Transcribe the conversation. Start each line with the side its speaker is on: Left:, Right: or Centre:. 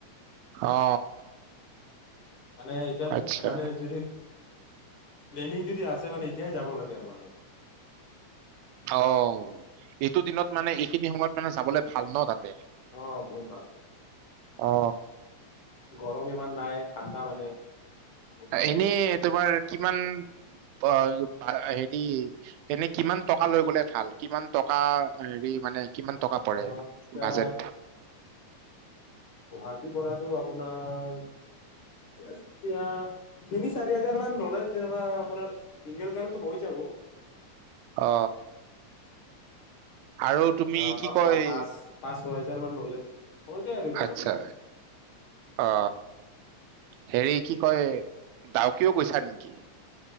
Right: অ।
Left: মানে এতিয়া
Right: আচ্ছা
Left: মানে যদি প্লেনিং যদি আছে এতিয়াই যাব লাগে আৰু মানে।
Right: অ এইটো দিনত মানে এইখিনি সময়ত মানে যাবলে ভাল ন তাতে।
Left: অ বহুত ভাল।
Right: অ।
Left: গৰম ইমান নাই ঠাণ্ডা মানে। বহুত ভাল
Right: এনেই
Left: আৰু মানে।
Right: তোমাৰ কিমান অ হেৰি এনেই কিমান টকা লৈ গলে ভাল কিমান টকা হেৰি মানে কিমান টকা পৰে
Left: অ এতিয়া
Right: বাজেট?
Left: গুৱাহাটীৰ পৰাটো আপোনাৰ এতিয়া তিনি চাৰি হাজাৰ মান ল'লে তেনেকুৱা আপোনাৰ চিংগল কাৰণো হৈ যাব।
Right: অ। আৰু তুমি
Left: বা
Right: কি কয়?
Left: বা পাঁচ পাঁচ ছয় হেজাৰ মান ললে। হৈ যায় আৰু ইমান
Right: আচ্ছা।
Left: হ'লে আপোনাৰ।
Right: অ হেৰি কি কয় ডাউকেও গৈছা নেকি?